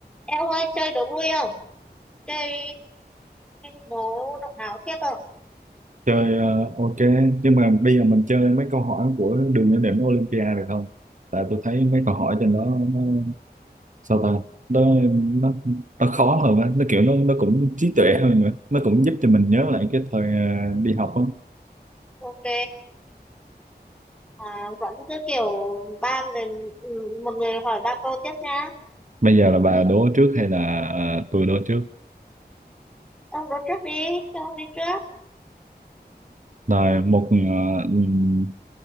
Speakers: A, in the centre; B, on the right.
A: Em ơi chơi đố vui không? Chơi đố động não tiếp không?
B: chơi ờ, ok nhưng mà bây giờ mình chơi mấy câu hỏi của đường lên đỉnh Olympia được không tại tôi thấy mấy câu hỏi trên đó nó sao ta nó nó, nó khó hơn á nó kiểu nó nó cũng trí tuệ hơn nữa nó cũng giúp cho mình nhớ lại cái thời ờ, đi học á
A: Ok. À, vẫn cứ kiểu ba người ừ, một người hỏi ba câu tiếp nha.
B: bây giờ là bà đố trước hay là ờ, tôi đố trước
A: Ông đố trước đi, cho ông đi trước.
B: rồi một ờ, ừm,